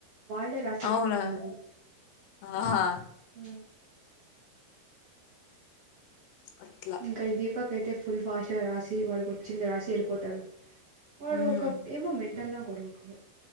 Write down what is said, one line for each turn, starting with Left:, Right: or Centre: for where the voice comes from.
Right: వాళ్ళే రాసే
Left: అవునా?
Right: టైమ్ఉండదు
Left: ఆహా!
Right: ఉ కో
Left: అట్లా.
Right: ఇంకా ఈ దీపాక అయితే ఫుల్ ఫాస్ట్గా రాసి వాడికి వచ్చింది రాసి వెళ్ళిపోతాడు వాడు
Left: హ్మ్.
Right: ఒక ఏమోమెంట్ మెంటల్నా కొడుకు